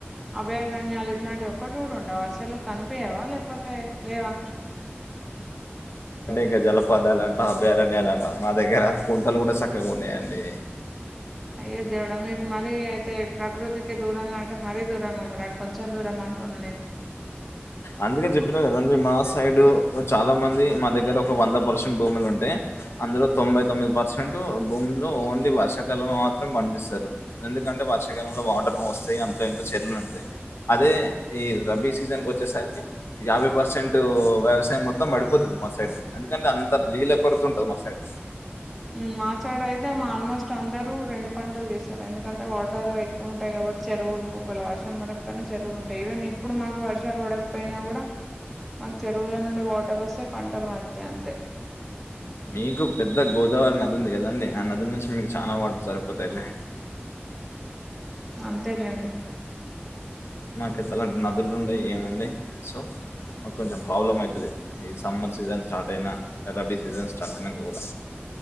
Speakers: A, in the centre; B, on the left.
A: అభయారణ్యాలు ఇట్లాంటివ్ ఒక్కటి గుడా ఉండవ అసలు కన్పియవా లేకపోతే లేవా?
B: ఇగ జలపాతాలన్న, అభయారణ్యాలన్న మా దగ్గర కుంటలు గుడా సక్కగుండయండీ.
A: అయ్యో దేవుడ మీర్ మరీ అయితే ప్రకృతికి దూరంగా అంటే మరీ దూరంగా ఉన్నరండి కొంచం దూరమ అనుకున్న నేన్
B: అందుకే చెప్పిన కదండి మా సైడ్ చాలా మంది మా దగ్గర ఒక వంద పర్సెంట్ భూములుంటే అందులో తొంభై తొమ్మిది పర్సెంట్ భూముల్లో ఓన్లీ వర్షాకాలం మాత్రం పండిస్తరు ఎందుకం కంటే వర్షాకాలంలో వాటరు వస్తయి అంతో ఇంతో చెర్లు నిండుతయి. అదే ఈ రబీ సీజన్ వచ్చేసరి కి యాభై పర్సెంట్ వ్యవసాయం మొత్తం పడిపోతది మా సైడు ఎందుకంటే అంత నీళ్ళ కొరత ఉంటది మా సైడ్
A: మ్ మా సైడ్ అయితే ఆల్మోస్ట్ అందరూ రెండు పంటల్ చేస్తరు ఎందుకంటే వాటర్ ఎక్కువుంటయిగ కాబట్టి చెరువులు ఒకవేళ వర్షం పడక్పోయినా చెరువులుంటయి. ఈవెన్ ఇప్పుడు మాకు వర్షాల్ పడక్పోయినా గుడ మాక్ చెరువుల నుండి వాటర్ వస్తయి పంటల్ పండుతయి అంతే
B: మీకు పెద్ద గోదావరి నదుంది కదండి ఆ నది నుంచి మీకు చాలా వాటర్ సరిపోతయిలే
A: అంతేలేండి.
B: మాకు ఇసలాంటి నదులు ఉండయి ఏముండే సో మాకు కొంచెం ప్రాబ్లమ్ అయితది. ఈ సమ్మర్ సీజన్ స్టార్ట్ అయినా రబ్బీ సీజన్. చంటనంగా కూడా